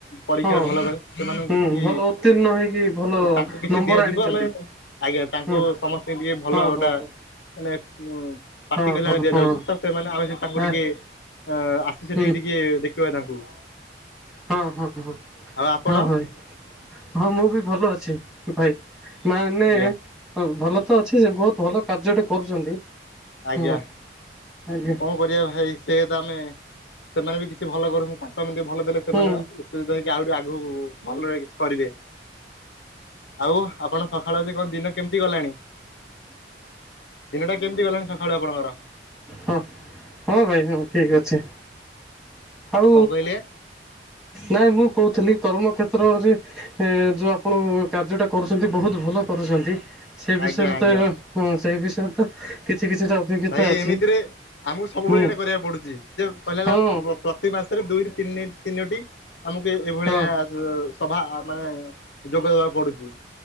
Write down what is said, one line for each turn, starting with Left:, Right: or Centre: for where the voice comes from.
Left: ପରୀକ୍ଷାରେ
Centre: ହଁ
Left: ଭଲ କରି ସେମାନଙ୍କୁ
Centre: ହୁଁ
Left: କିଛି
Centre: ଭଲ ଉତ୍ତୀର୍ଣ୍ଣ ହେଇକି ଭଲ
Left: ତାଙ୍କୁ କିଛି ଦିଆଯିବ
Centre: ନମ୍ବର ଆଣିଛନ୍ତି।
Left: ଆମେ ଆଜ୍ଞା ତାଙ୍କୁ
Centre: ହୁଁ
Left: ସମସ୍ତେ ଟିକେ ଭଲ
Centre: ହଁ ହଁ
Left: ଟା
Centre: ହଁ
Left: ମାନେ ଉ ପାଟି
Centre: ହଁ
Left: କାଳେ
Centre: ହଁ
Left: ଦିଆଯାଉଛି।
Centre: ହଁ
Left: ତ ସେମାନେ ଆମେ ସେ ତାଙ୍କୁ
Centre: ହଁ
Left: ଟିକେ ଅ ଆସି ସେଠିକି
Centre: ହୁଁ
Left: ଟିକେ ଦେଖିବା ତାଙ୍କୁ।
Centre: ହଁ ହଁ ହଁ
Left: ଆଉ ଆପଣ
Centre: ହଁ ରେ ହଁ ମୁଁ ବି ଭଲ ଅଛି ଭାଇ। ମାନେ
Left: ଆଜ୍ଞା।
Centre: ଭଲ ତ ଅଛି। ବହୁତ ଭଲ କାର୍ଯ୍ୟଟେ କରୁଛନ୍ତି।
Left: ଆଜ୍ଞା।
Centre: ହଁ ଆଜ୍ଞା
Left: କଣ କରିବା ଭାଇ ସେ ତ ଆମେ ସେମାନେ ବି କିଛି ଭଲ କରନ୍ତୁ ତାଙ୍କୁ ଆମେ ଟିକେ ଭଲ ଦେଲେ ସେମାନେ
Centre: ହୁଁ
Left: ଉତ୍ସହିତ ହେଇକି ଆହୁରି ଆଗୁକୁ ଭଲରେ କିଛି କରିବେ। ଆଉ ଆପଣ ସକାଳ ଯେ କଣ ଦିନ କେମିତି ଗଲାଣି? ଦିନଟା କେମିତି ଗଲାଣି ସକାଳେ ଆପଣଙ୍କର?
Centre: ହଁ ହଁ ଭାଇ ହଁ ଠିକ୍ ଅଛି। ଆଉ
Left: କଣ କହିଲେ?
Centre: ନାଇଁ ମୁଁ କହୁଥିଲି। କର୍ମକ୍ଷେତ୍ରରେ ଏଁ ଯୋଉ ଆପଣ କାର୍ଯ୍ୟଟା କରୁଛନ୍ତି ବହୁତ ଭଲ କରୁଛନ୍ତି। ସେ ବିଷୟରେ
Left: ଆଜ୍ଞା ଆଜ୍ଞା
Centre: ତ ହଁ ସେଇ ବିଷୟରେ ତ କିଛି କିଛିଟା ଅଭିଜ୍ଞତା
Left: ଭାଇ
Centre: ଅଛି।
Left: ଏମିତିରେ ଆମକୁ ସବୁବେଳେ
Centre: ହୁଁ।
Left: ଏଇଟା କରିବାକୁ ପଡୁଛି। ଯେ କହିଲା ହେଲା
Centre: ହଁ
Left: ପ୍ର-ପ୍ର ପ୍ରତି ମାସରେ ଦୁଇରୁ ତିନି ତିନୋଟି। ଆମକୁ ଏ ଏଭଳିଆ
Centre: ହଁ
Left: ସଭା ମାନେ ଯୋଗ ଦେବାକୁ ପଡୁଛି।